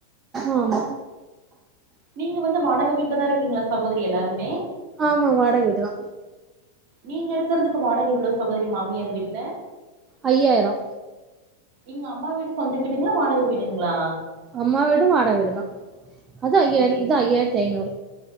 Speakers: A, on the right; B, on the right.
A: ஆமா
B: நீங்க வந்து வாடக வீட்டு்ல தா இருக்கீங்களா சகோதரி எல்லாருமே
A: ஆமா வாடக வீடு தா
B: நீங்க இருக்கறதுக்கு வாடக எவ்வளவு சகோதரி மாமியார் வீட்ல
A: அய்யாயிரோ
B: உங்க அம்மா வீடு சொந்த வீடுங்களா வாடக வீடுங்களா
A: அம்மா வீடு வாடக வீடு தா அது ஐயாயிர
B: ஓ சேரி
A: இது ஜயாயிரத்தி ஐநூறு